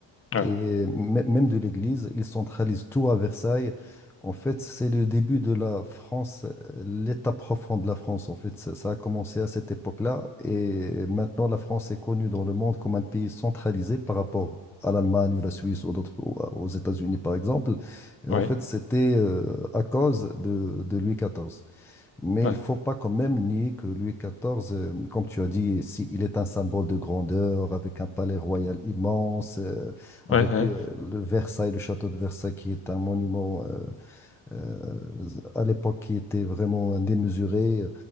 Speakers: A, on the left (about 30°); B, in the centre.
A: ouais,
B: et mê- même de l'Église. Ils centralisent tout à Versailles. En fait, c'est le début de la France, euh, l'état profond de la France. En fait, ça, ça a commencé à cette époque-là. Et maintenant, la France est connue dans le monde comme un pays centralisé par rapport à l'Allemagne ou la Suisse ou d'autres, ou aux États-Unis, par exemple. Et
A: ouais,
B: en fait, c'était euh, à cause de, de Louis XIV. Mais
A: ouais,
B: il faut pas quand même nier que Louis XIV, euh, comme tu as dit, si, il est un symbole de grandeur, avec un palais royal immense, euh, avec
A: ouais, ouais. ouais.
B: euh, le Versailles, le château de Versailles, qui est un monument euh, euh, à l'époque qui était vraiment démesuré.